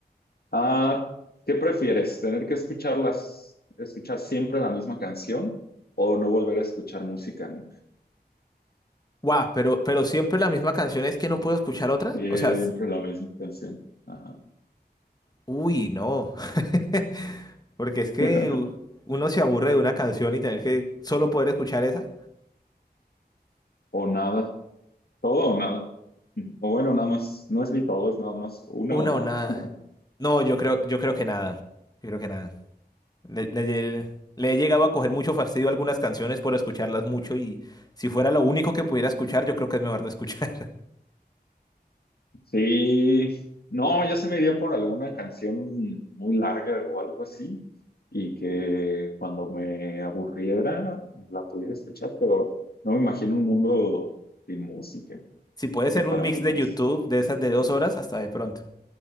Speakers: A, on the left; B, on the left.
A: Ah, ¿qué prefieres? ¿Tener que escucharlas, escuchar siempre la misma canción o no volver a escuchar música nunca?
B: Guau, pero, pero siempre la misma canción es que no puedo escuchar otra.
A: Siempre
B: O sea, es-
A: la misma canción. Ajá.
B: uy, no. <laughs> Porque es que
A: <laughs>
B: u- uno se aburre de una canción y tener que solo poder escuchar esa.
A: O nada. Todo o nada. O bueno, nada más. No es ni todo, es nada más una
B: Una
A: o nada.
B: o nada.
A: <laughs>
B: No, yo creo, yo creo que nada. Yo creo que nada. Le, le lle- le he llegado a coger mucho fastidio a algunas canciones por escucharlas mucho y si fuera lo único que pudiera escuchar, yo creo que es mejor no escuchar.
A: Sí. No, yo se me iría por alguna canción muy larga o algo así. Y que cuando me aburriera la pudiera escuchar, pero no me imagino un mundo sin música.
B: Si puede
A: Eso
B: ser un
A: para
B: mix
A: mí
B: de
A: es,
B: YouTube de esas de dos horas, hasta de pronto.